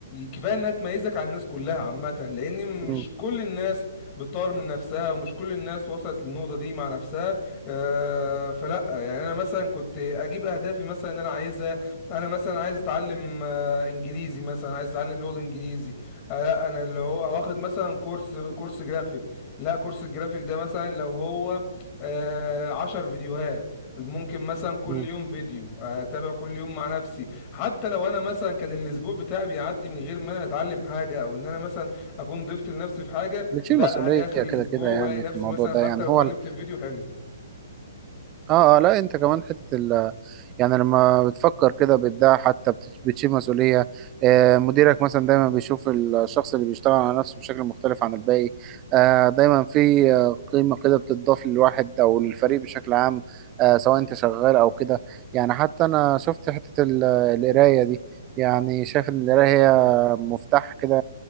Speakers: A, on the left (about 30°); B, on the right (about 25°).
A: كفايه انها تميزك عن الناس كلها عامه لان مش
B: مم.
A: كل الناس بتطور من نفسها ومش كل الناس وصلت للنقطه دي مع نفسها آه فلا يعني انا مثلا كنت اجيب اهدافي مثلا اللي انا عايزها انا مثلا عايز اتعلم آه انجليزي مثلا عايز اتعلم لغه انجليزي آه، لا انا اللي هو واخد مثلا كورس كورس جرافيك لا كورس الجرافيك ده مثلا لو هو آه عشر فيديوهات ممكن مثلا كل
B: مم.
A: يوم فيديو آه، اتابع كل يوم مع نفسي حتى لو انا مثلا كان الاسبوع بتاعي بيعدي من غير ما انا اتعلم حاجه او ان انا مثلا اكون ضفت لنفسي في حاجه
B: بتشيل
A: لا
B: مسؤوليه
A: هاجي اخر
B: كده
A: الاسبوع
B: كده يعني
A: والاقي نفسي
B: في الموضوع
A: مثلا
B: ده
A: حتى
B: يعني
A: لو
B: هو
A: اتعلمت في فيديو حلو
B: اه اه لا انت كمان حته ال يعني لما بتفكر كده بتدعي حتى بت- بتشيل مسؤوليه آه مديرك مثلا دايما بيشوف الشخص اللي بيشتغل على نفسه بشكل مختلف عن الباقي آه دايما في آه، قيمه كده بتضاف للواحد او للفريق بشكل عام آه سواء انت شغال او كده يعني حتى انا شفت حته ال- القرايه دي يعني شايف ان القرايه هي مفتاح كده